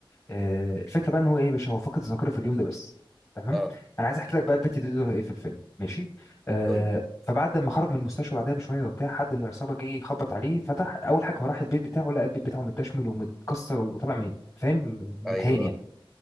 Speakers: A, on the left (about 35°); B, in the centre.
A: آه، الفكره بقى ان هو ايه يا باشا هو فقد الذاكره في اليوم ده بس تمام
B: اه
A: انا عايز احكي لك بقى البت دي دورها ايه في الفيلم ماشي آه
B: قول
A: فبعد ما خرج من المستشفى بعدها بشويه وبتاع حد من العصابه جه يخبط عليه فتح اول حاجه هو راح البيت بتاعه لقى البيت بتاعه متدشمل ومتكسر وطالع مت- فاهم متهاني
B: ايوه
A: يعني.